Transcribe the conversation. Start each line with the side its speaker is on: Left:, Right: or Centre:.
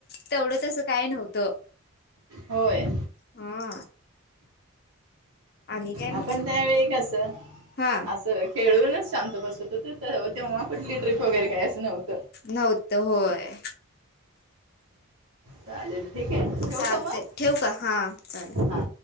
Left: तेवढं तसं काय नव्हतं.
Right: होय.
Left: हा. आणि काय मग
Right: आपण त्यावेेळी कस
Left: हा
Right: असं खेळूनच शांत बसत तर तेव्हा कठली ट्रिप वगैरे काय असं नवतं.
Left: नव्हत होय.
Right: चालेल ठीक आहे, ठेऊ
Left: चालते
Right: का मग
Left: ठेव का हा चालते
Right: हा.